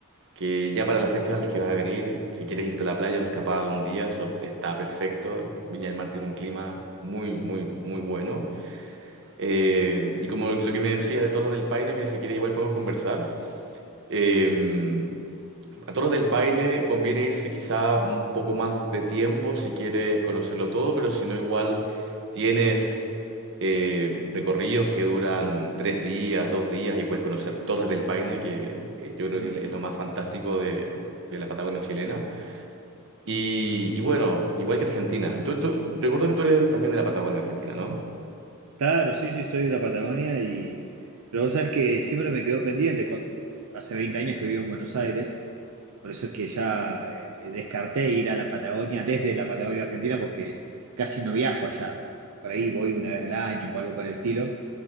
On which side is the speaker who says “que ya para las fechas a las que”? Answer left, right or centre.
Right